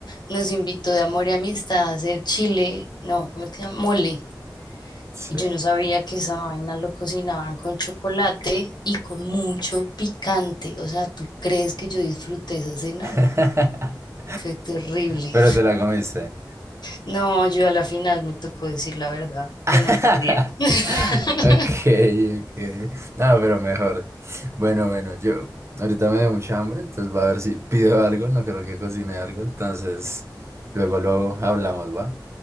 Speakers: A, on the left (about 65°); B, on the right (about 35°).
A: nos invitó de amor y amistad a hacer chile, no, ¿cómo es que se llama? Mole.
B: Sí.
A: Y yo no sabía que esa vaina lo cocinaban con chocolate y con mucho picante. O sea, ¿tú crees que yo disfruté esa cena?
B: <laughs>
A: No, fue terrible.
B: Pero te la comiste.
A: No, yo a la final me tocó decir la verdad,
B: <laughs>
A: que no podía. <laughs>
B: Okay, okay. No, pero mejor. Bueno, bueno, yo ahorita me dio mucha hambre, entonces va a ver si pido algo, no creo que cocine algo, entonces luego luego hablamos, ¿va?